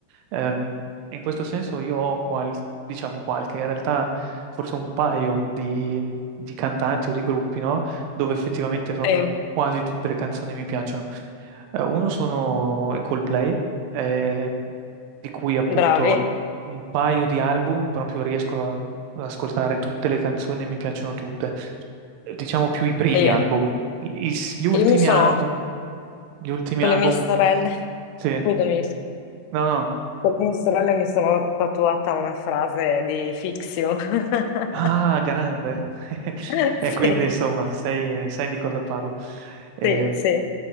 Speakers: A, on the right; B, on the left.
A: Ehm, in questo senso io ho qual- diciamo qualche, in realtà forse un paio di, di cantanti o di gruppi, no, dove effettivamente proprio
B: Sì,
A: quasi tutte le canzoni mi piacciono. Eh, uno sono i Coldplay, eh, di cui appunto
B: bravi.
A: un paio di album, proprio riesco a- ad ascoltare tutte le canzoni e mi piacciono tutte. Eh, Diciamo più i primi
B: E io,
A: album. I- gli ultimi
B: io mi sono,
A: album, gli ultimi
B: con
A: album,
B: le mie sorelle,
A: sì.
B: scusami,
A: No, no.
B: con le mie sorelle mi sono tatuata una frase di Fixio. <laughs>
A: Ah, grande. <laughs>
B: <laughs> Sì,
A: E quindi, insomma, sai, sai di cosa parlo. Ehm,
B: sì, sì.